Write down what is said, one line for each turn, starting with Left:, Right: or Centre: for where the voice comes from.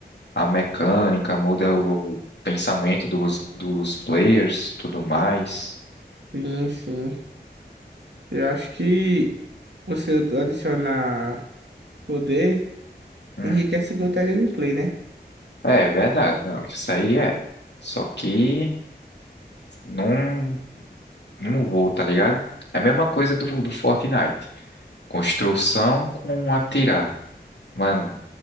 Left: A mecânica, muda o, o pensamento dos, dos players, tudo mais.
Right: sim, sim. Eu acho que você adicionar poder.
Left: Hum.
Right: Enriquece muito a gameplay, né?
Left: É verdade, não. Isso aí é. Só que não, não vou, tá ligado? É a mesma coisa do, do Fortnite. Construção com atirar. Mano,